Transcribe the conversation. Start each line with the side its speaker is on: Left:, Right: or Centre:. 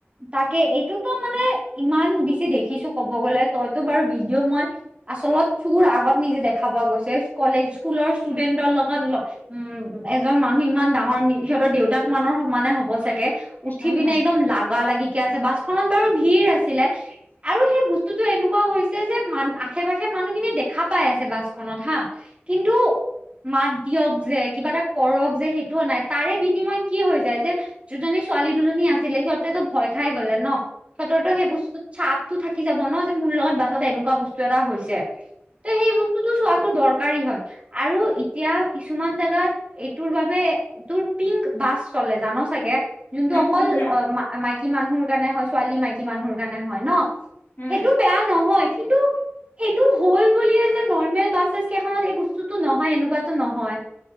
Right: তাকে এইটোতো মানে ইমান বেছি দেখিছো ক'ব গ'লে তইতো বাৰু ভিডিঅ' মই <unintelligible> আচলত চোৰ আগত নিজে দেখা পোৱা গৈছে। কলেজ, স্কুলৰ ষ্টুডেন্টৰ লগত <unintelligible> উম! এজন মানুহ ইমান ডাঙৰ সিহঁতৰ দেউতাক মানৰ সমানে হ'ব চাগে <unintelligible> উঠি
Left: উম,
Right: পিনে
Left: হম, হম,
Right: একদম লাগা-লাগিকে আছে, বাছখনত বাৰু ভিৰ আছিলে। <inaudible> আৰু সেই বস্তুটো এনেকুৱা হৈছে যে মান আশে-পাশে মানুহখিনি দেখা পাই আছে বাছখনত হা <unintelligible> কিন্তু <inaudible> মাত দিয়ক যে, কিবা এটা কৰক যে সেইটোও নাই তাৰে বিনিময়ত কি হৈ যায় যে <unintelligible> <unintelligible> জনী ছোৱালী দুজনী আছিলে সিহঁতেতো ভয় খাই গলে ন সিহঁতৰতো সেই বস্তু <unintelligible> চাপটো থাকি যাব ন' যে মোৰ লগত বাছত এনেকুৱা বস্তু এটা হৈছে। ত' সেই বস্তু <unintelligible> এইটো টো চোৱাটো দৰকাৰী হয় আৰু এতিয়া কিছুমান জোগাত এই- তোৰ বাবে তোৰ পিংক বাছ চলে জান চাগে যোনটো
Left: হম,
Right: অকল
Left: হম, হম, হম।
Right: - মাইকী মানুহৰ কাৰণে হয় ছোৱালী মাইকী মানুহৰ কাৰণে হয় ন'-
Left: উম,
Right: সেইটো বেয়া নহয় কিন্তু- সেইটো হ'ল বুলিয়ে যে নৰ্মেল বাছেছ কেইখনত এই বস্তুটো নহয় এনেকুৱাতো নহয়।